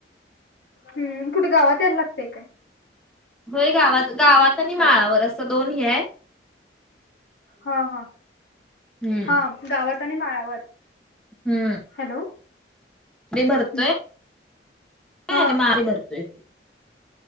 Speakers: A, on the left; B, in the centre.
A: हम्म कुट गावात यायला लागते काय?
B: होय गावात गावात आणि माळावर
A: हॅलो
B: असं दोन हे हाय.
A: हा हा.
B: हम्म
A: हा गावात आणि माळावर.
B: हम्म
A: हॅलो
B: कडी <unintelligible> भरतोय.
A: हं.
B: <unintelligible>
A: हा
B: मग आम्ही धरतोय.